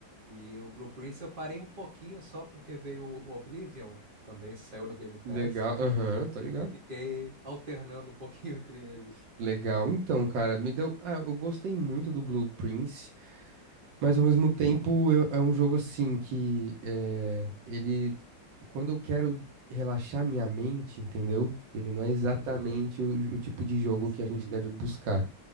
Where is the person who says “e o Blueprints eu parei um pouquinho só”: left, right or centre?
Right